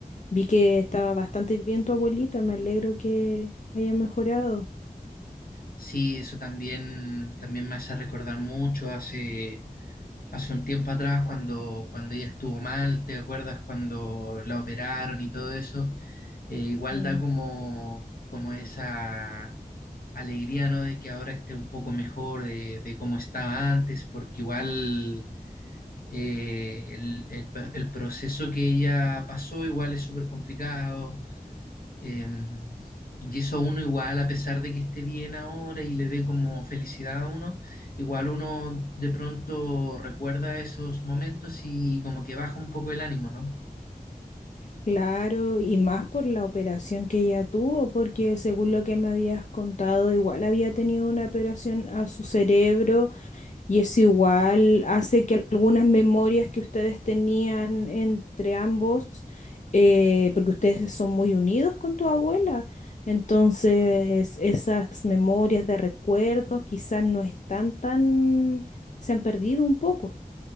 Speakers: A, on the left; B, on the left.
A: Vi que estaba bastante bien tu abuelita, me alegro que haya mejorado.
B: Sí, eso también, también me hace recordar mucho hace, hace un tiempo atrás cuando, cuando ella estuvo mal, ¿te acuerdas cuando la operaron y todo eso? Eh, igual
A: Sí.
B: da como, como esa alegría, ¿no? De que ahora esté un poco mejor de, de cómo estaba antes, porque igual eh, el, el- el proceso que ella pasó igual es súper complicado eh, y eso uno igual, a pesar de que esté bien ahora y le dé como felicidad a uno, igual uno de pronto recuerda esos momentos y como que baja un poco el ánimo, ¿no?
A: Claro, y más por la operación que ella tuvo, porque según lo que me habías contado, igual había tenido una operación a su cerebro Y eso igual hace que algunas memorias que ustedes tenían entre ambos, eh, porque ustedes son muy unidos con tu abuela, entonces esas memorias de recuerdos quizás no están tan, se han perdido un poco.